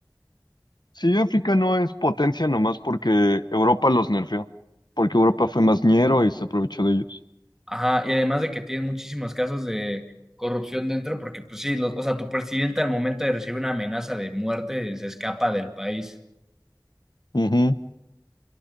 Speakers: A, on the left (about 70°); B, in the centre.
A: Sí, África no es potencia nomás porque Europa los nerfeó, porque Europa fue más ñero y se aprovechó de ellos.
B: Ajá, y además de que tienen muchísimos casos de corrupción dentro, porque pues sí, los- o sea, tu presidente al momento de recibir una amenaza de muerte se escapa del país.
A: Ujú.